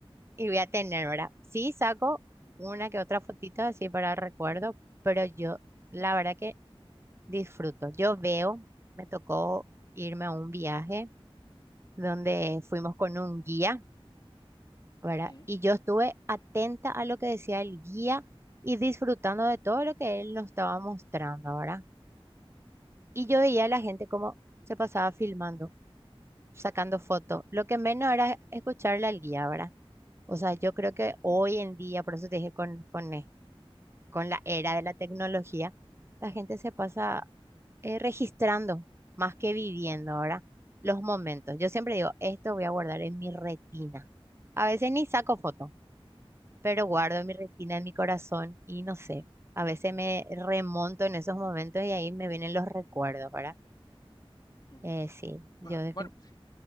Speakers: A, on the right; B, on the left.
A: y voy a tener, ¿verdad? Sí, saco
B: Mm,
A: una que otra fotito así para recuerdo, pero yo la verdad que disfruto. Yo veo, me tocó irme a un viaje donde fuimos con un guía, ¿verdad?
B: Sí.
A: Y yo estuve atenta a lo que decía el guía y disfrutando de todo lo que él nos estaba mostrando, ¿verdad? Y yo veía a la gente como se pasaba filmando, sacando fotos. Lo que menos era escucharle al guía, ¿verdad? O sea, yo creo que hoy
B: Mm.
A: en día, por eso te dije con, con, eh, con la era de la tecnología, la gente se pasa eh, registrando más que viviendo ahora los momentos. Yo siempre
B: mm.
A: digo, esto voy a guardar en mi retina. A veces ni saco foto, pero guardo en mi retina, en mi corazón y no sé, a veces me remonto en esos momentos y ahí me vienen los recuerdos, ¿verdad?
B: Ujú.
A: Eh, sí, yo
B: Ah,
A: definitivamente.
B: Bueno,